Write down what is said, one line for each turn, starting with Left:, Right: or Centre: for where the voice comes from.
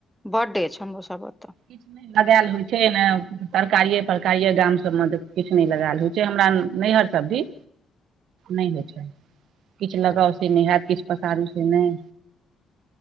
Centre: बड़ हमरोसभ एत
Right: किछु नहि <unintelligible> लगायल होय छै ने तरकारिये परकारिये गाम सब मे किछ नहि लगायल होय छै हमरा नैहर सब भी नहि होइ छै किछु लगाउ से नहि हयत किछु पसारू से नहि